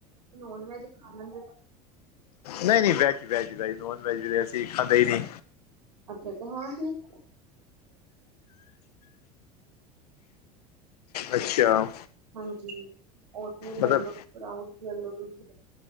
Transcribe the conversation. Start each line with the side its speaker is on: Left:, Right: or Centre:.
Right: ਨੋਨ ਵੈਜ ਖਾਣ
Left: ਨਹੀਂ ਨਹੀਂ ਵੈਜ ਵੈਜ ਦਾ ਨੋਨ ਵੈਜ ਅਸੀਂ ਖਾਂਦੇ ਹੀ ਨਹੀਂ।
Right: ਅੱਛਾ ਹਾਂ ਠੀਕ।
Left: ਅੱਛਾ
Right: ਹਾਂਜੀ ਓਟਸ ਲੈ
Left: ਮਤਲਬ
Right: ਲਓ ਸਪਰਊਟਸ ਲੈ ਲਓ ਤੁਸੀਂ